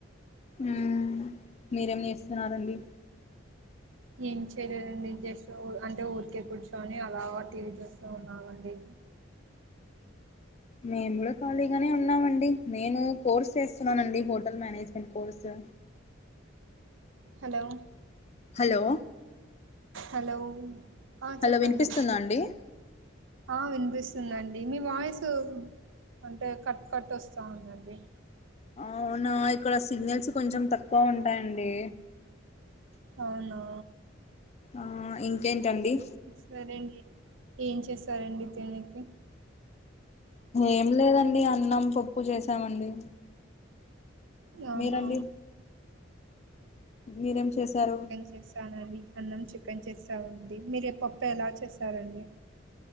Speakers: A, on the left (about 35°); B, on the right (about 75°).
A: ఉ మీరేం చేస్తున్నారండి
B: ఏం చేయలేదండి జస్ట్ అంటే ఊరికే కూర్చొని అలాగా టీవీ చూస్తూ ఉన్నామండి
A: మేము కూడా ఖాళీగానే ఉన్నామండి నేను కోర్స్ చేస్తున్నానండి hotel management course
B: hello
A: hello
B: hello ఆ
A: హలో
B: చెప్పండి
A: వినిపిస్తుందా అండి
B: ఆ వినిపిస్తుందండి మీ వాయిసు అంటే కట్ కట్ వస్తా ఉన్నది
A: అవునా ఇక్కడ సిగ్నల్స్ కొంచెం తక్కువ ఉంటాయండి
B: అవునా
A: ఆ ఇంకేంటండి
B: సరేండి ఏం చేస్తారండి తినేకి
A: ఏం లేదండి అన్నం పప్పు చేసామండి
B: అవునా
A: మీరండి మీరేం చేశారు
B: చేసానండి అన్నం చికెన్ చేసానండి మీరే పప్పు ఎలా చేసారండి